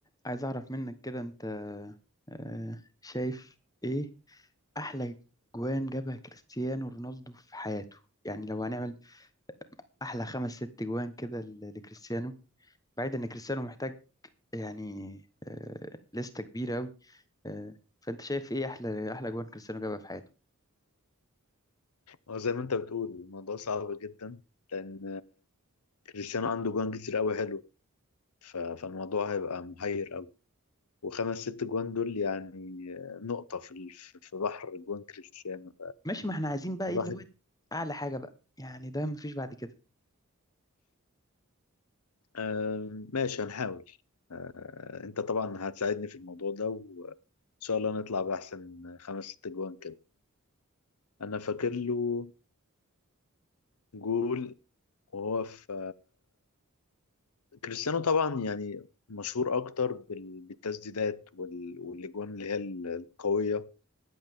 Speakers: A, on the left; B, on the left.
A: عايز أعرف منك كده أنت آه، شايف إيه أحلى جوان جابها كريستيانو رونالدو في حياته يعني لو هنعمل أحلى خمس ست جوان كده ل- لكريستيانو بعيد إن كريستيانو محتاج يعني آه، لستة كبيرة أوي آه، فأنت شايف إيه أحلى أحلى جوان كريستيانو جابها في حياته
B: اه زي ما انت بتقول الموضوع صعب جدا لان كريستيانو عنده جوان كتير قوي حلو ف- فالموضوع هيبقى محير قوي وخمس ست جوان دول يعني نقطة في ال- في بحر جوان كريستيانو
A: ماشي ما إحنا عايزين بقى إيه
B: الواحد
A: اللي هو أعلى حاجة بقى يعني ده مفيش بعد كده
B: آم، ماشي هنحاول آه، انت طبعا هتساعدني في الموضوع ده وان شاء الله نطلع بأحسن خمس ست جوان كده انا فاكر له جول وهو في كريستيانو طبعا يعني مشهور اكتر بال- بالتسديدات وال- والاجوان اللي هي ال- القويه